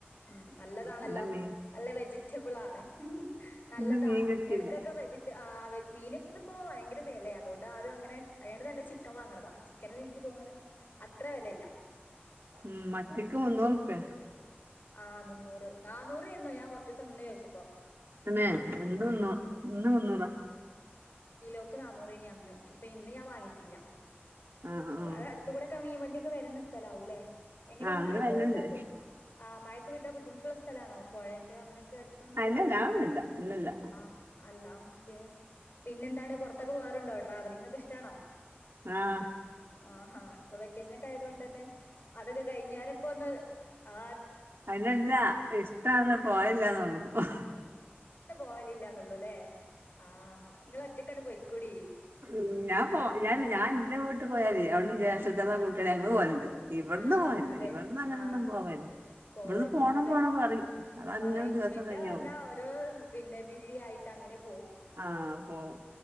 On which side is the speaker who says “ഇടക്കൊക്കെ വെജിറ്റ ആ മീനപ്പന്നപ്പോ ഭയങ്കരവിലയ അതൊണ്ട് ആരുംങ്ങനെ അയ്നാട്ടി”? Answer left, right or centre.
Left